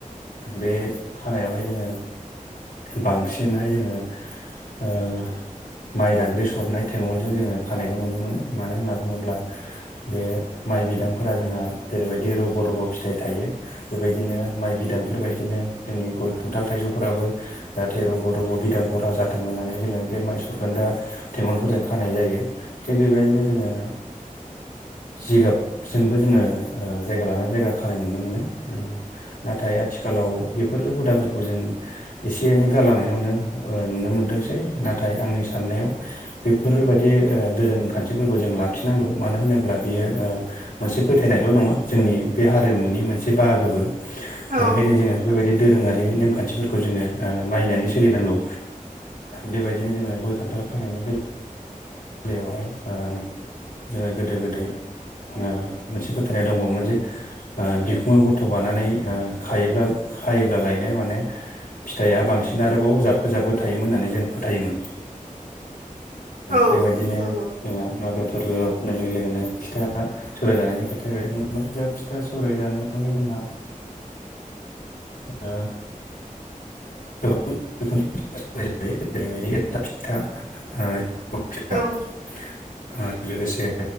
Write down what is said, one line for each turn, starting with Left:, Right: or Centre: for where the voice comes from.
Left: बे खानायावहाय जोङो बांसिनहाय जोङो ओ माइ दांग्रि सरनाय थेंगलजों जोङो खानायखौ नुनो मोनो मानो होनना बुङोब्ला बे माइ बिदांफोरा जोंहा जेरैबायदि रग' रग' फिथाइ थायो बेबायदिनो माइ बिदांफोरबायदिनो जोंनि गय खान्थाल थाइजौफोराबो जाहाथे रग' रग' बिदां बह्रा जाथों होननानै जोङो बे माइ सरखोनदा थेगलफोरजों खानाय जायो थिग बेबायदिनो जोङो जिगाबजोंबो जोङो जायगा लानानै जायगा खानाय नुनो मोनो नाथाय आथिखालाव बेफोर हुदाफोरखौ जों एसे एनै गारलांनाय नुनो नुनो मोनदोंसै नाथाय आंनि साननायाव बेफोरबायदि ओ दोरोंखान्थिफोरखौ जों लाखिनांगौ मानो होनोब्ला बियो ओ मोनसे फोथायनायल' नङा जोंनि बे हारिमुनि मोनसे बाहागोबो बेनिखायनो
Right: औ
Left: जोङो बेफोरबायदि दोरोङारि नेमखान्थिफोर खौ जोङो ओ मानिनानै सोलिनांगौ बेबायदिनो जोङो गय खान्थाल खानायनि बेला यावहाय ओ जोङो गोदो गोदाय ओ मोनसे फोथायनायाव दंबावोमोन जे ओ बिखुङाव गथ' बानानै ओ खायोब्ला खायोब्लालायनो माने फिथाइआ बांसिन आरोबाव जाबखो जाबखो थायोमोन होननानै जों फोथायोमोन।
Right: औ
Left: बेबायदिनो
Right: नंगौ
Left: जोंहा मागो फोरबोआव होननाय लोगो लोगोनो फिथा सौराय जानायनि खोथाया बेरखांबाय दा फिथा सौराय जानायावहाय जोंहा ओ गोबां रोखोमनिायो फिथा सावनाय जायो जेरै एन्थाब फिथा
Right: औ
Left: <unintelligible> आरो लोगोसे